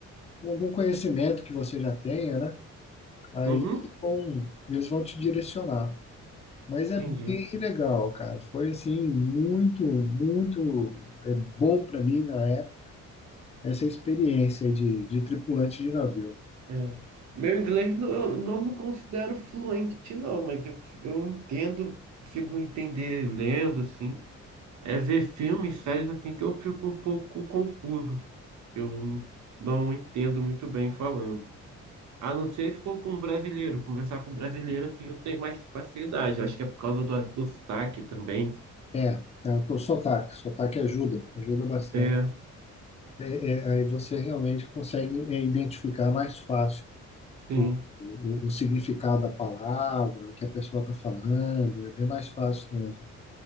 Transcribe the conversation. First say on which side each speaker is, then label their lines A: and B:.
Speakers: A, on the left; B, on the right.
A: com algum conhecimento que você já tenha, né? Aí
B: Uhum,
A: eles vão eles vão te direcionar. Mas é
B: entendi.
A: bem legal, cara. Foi assim, muito, muito é bom para mim na época essa experiência de, de tripulante de navio.
B: É. Meu inglês não, eu não me considero fluente, não, mas eu, cons- eu entendo, consigo entender lendo, assim. É ver filmes, séries, assim, que eu fico um pouco confuso. Eu não entendo muito bem falando. A não ser se for com um brasileiro, conversar com um brasileiro, assim, eu tenho mais facilidade. Acho que é por causa do, do sotaque também.
A: É, é o sotaque, sotaque ajuda, ajuda bastante.
B: É,
A: É, é, aí você realmente consegue é, identificar mais fácil
B: sim.
A: o, o, o significado da palavra, o que a pessoa está falando, é bem mais fácil mesmo.